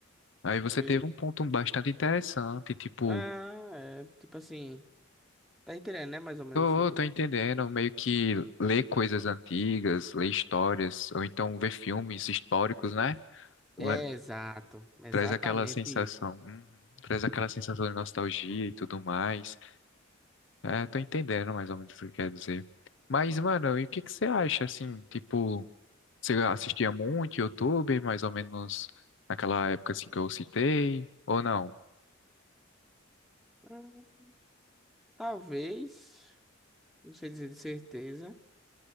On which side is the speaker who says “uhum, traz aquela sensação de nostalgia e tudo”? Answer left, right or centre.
Left